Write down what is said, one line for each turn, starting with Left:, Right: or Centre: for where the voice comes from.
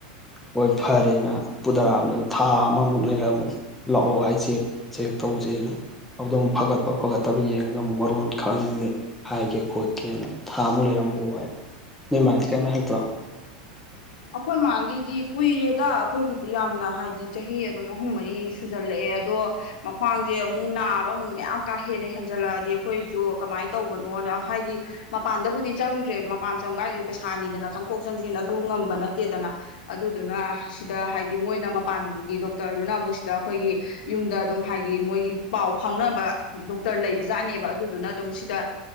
Centre: ꯍꯣꯏ ꯐꯔꯦꯅ ꯄꯨꯊꯔꯛꯑꯕꯅꯤ ꯊꯥ ꯑꯃꯃꯨꯛ ꯂꯩꯔꯃꯨ ꯂꯥꯛꯑꯣ ꯍꯥꯏꯁꯦ ꯆꯦꯛ ꯇꯧꯁꯦꯅ ꯑꯗꯨꯗ ꯑꯃꯨꯛ ꯐꯒꯠꯄ ꯐꯒꯠꯇꯕ ꯌꯦꯡꯉꯒ ꯑꯃꯨꯛ ꯃꯔꯣꯟ ꯈꯪꯉꯅꯤ ꯍꯥꯏꯒꯦ ꯈꯣꯠꯀꯦꯅ ꯊꯥ ꯑꯃꯨꯛ ꯂꯩꯔ ꯂꯛꯑꫭ ꯅꯣꯏ ꯃꯥꯗꯤ ꯀꯥꯌꯤꯝꯇ ꯍꯥꯏꯔꯛꯇ꯭ꯔꯣ
Left: ꯑꯩꯈꯣꯏ ꯃꯥꯒꯤ ꯗꯤ ꯀꯨꯏꯔꯦꯗ ꯑꯩꯈꯣꯏꯒꯤꯗꯤ ꯌꯥꯝꯅ ꯍꯥꯏꯕꯗꯤ ꯆꯍꯤ ꯑꯗꯨꯝ ꯑꯍꯨꯝ ꯃꯔꯤ ꯁꯨꯖꯜꯂꯛꯑꯦ ꯑꯗꯣ ꯃꯈ꯭ꯋꯥꯡꯁꯦ ꯑꯃꯨꯛ ꯅꯥꯕ ꯑꯃꯨꯛ ꯃꯌꯥꯝ ꯀꯥ ꯍꯦꯟꯅ ꯍꯦꯟꯖꯜꯂꯛꯑꯗꯤ ꯑꯩꯈꯣꯏꯁꯨ ꯀꯃꯥꯏꯅ ꯇꯧꯕꯅꯣꯅ ꯍꯥꯏꯗꯤ ꯃꯄꯥꯟꯗꯕꯨꯗꯤ ꯆꯪꯗ꯭ꯔꯦ ꯃꯄꯥꯟ ꯆꯪꯕ ꯍꯥꯏꯒꯗꯤ ꯄꯩꯁꯥꯅꯤꯗꯅ ꯆꯪꯊꯣꯛ ꯆꯪꯁꯤꯟ ꯑꯗꯨ ꯉꯝ ꯅꯠꯇꯦꯗꯅ ꯑꯗꯨꯗꯨꯅ ꯁꯤꯗ ꯍꯥꯏꯗꯤ ꯃꯣꯏꯅ ꯃꯄꯥꯟꯒꯤ ꯗꯣꯛꯇꯔꯗꯨꯅ ꯑꯃꯨꯛ ꯁꯤꯗ ꯑꯩꯈꯣꯏꯒꯤ ꯌꯨꯝꯗ ꯑꯗꯨꯝ ꯍꯥꯏꯗꯤ ꯃꯣꯏꯒꯤ ꯄꯥꯎ ꯐꯥꯎꯅꯕ ꯗꯣꯛꯇꯔ ꯂꯩꯕ ꯖꯥꯠꯅꯦꯕ ꯑꯗꯨꯗꯨꯅ ꯑꯗꯨꯝ ꯁꯤꯗ